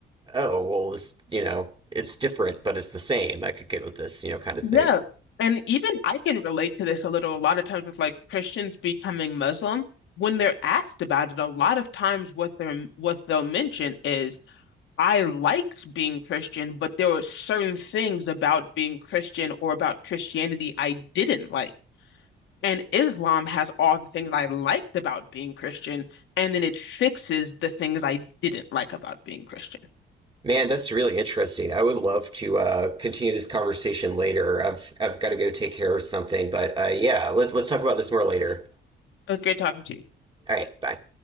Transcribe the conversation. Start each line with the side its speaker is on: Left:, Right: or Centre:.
Right: oh, well, this, you know, it's different, but it's the same. I could get with this, you know, kind of
Left: Yeah.
Right: thing.
Left: And even I can relate to this a little. A lot of times with like Christians becoming Muslim, when they're asked about it, a lot of times what they're what they'll mention is I liked being Christian, but there were certain things about being Christian or about Christianity I didn't like. And Islam has all the things I liked about being Christian, and then it fixes the things I didn't like about being Christian.
Right: Man, that's really interesting. I would love to uh, continue this conversation later. I've I've got to go take care of something, but uh, yeah, let, let's talk about this more later.
Left: It was great talking to you.
Right: All right, bye.